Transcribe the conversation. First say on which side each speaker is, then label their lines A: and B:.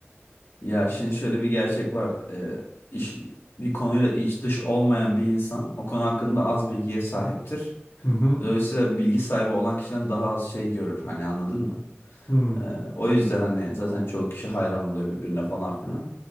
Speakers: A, on the left; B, on the left.
A: Ya şimdi şöyle bir gerçek var. Ee, iş, bir konuyla iç dış olmayan bir insan o konu hakkında az bilgiye sahiptir.
B: Hı hı.
A: Dolayısıyla bilgi sahibi olan kişiden daha az şey görür. Hani anladın mı?
B: Hı hı.
A: Ee, o yüzden hani zaten çoğu kişi hayran oluyor birbirine falan filan.